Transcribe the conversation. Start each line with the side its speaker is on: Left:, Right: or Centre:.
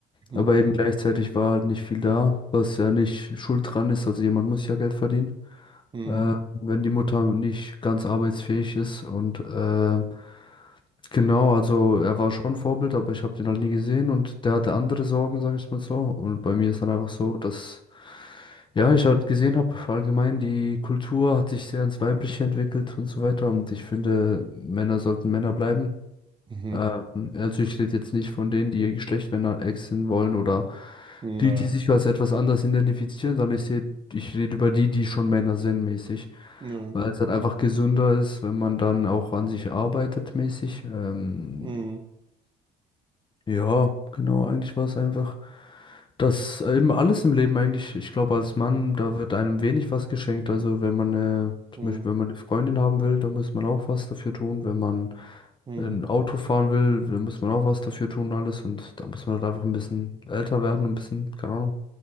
Right: Mhm.
Left: Aber eben gleichzeitig war halt nicht viel da, was ja nicht schuld dran ist. Also jemand muss ja Geld verdienen.
Right: Mhm.
Left: äh, wenn die Mutter nicht ganz arbeitsfähig ist. Und äh, genau, also er war schon Vorbild, aber ich habe den halt nie gesehen und der hatte andere Sorgen, sage ich mal so. Und bei mir ist dann einfach so, dass ja, ich halt gesehen habe, allgemein die Kultur hat sich sehr ins Weibliche entwickelt und so weiter. Und ich finde, Männer sollten Männer bleiben.
Right: Mhm.
Left: Ähm, also ich rede jetzt nicht von denen, die ihr Geschlecht wechseln wollen oder die,
Right: Naja.
Left: die sich als etwas anders identifizieren, sondern ich sehe, ich rede über die, die schon Männer sind, mäßig.
Right: Nö.
Left: Weil es halt einfach gesünder ist, wenn man dann auch an sich arbeitet, mäßig. Ähm,
Right: Mhm.
Left: ja, genau, eigentlich war es einfach, dass äh, eben alles im Leben eigentlich, ich glaube, als Mann, da wird einem wenig was geschenkt. Also wenn man eine, zum
Right: Mhm.
Left: Beispiel, wenn man eine Freundin haben will, da muss man auch was dafür tun. Wenn man
Right: Mhm.
Left: ein Auto fahren will, da muss man auch was dafür tun, alles. Und da muss man halt einfach ein bisschen älter werden, ein bisschen, keine Ahnung,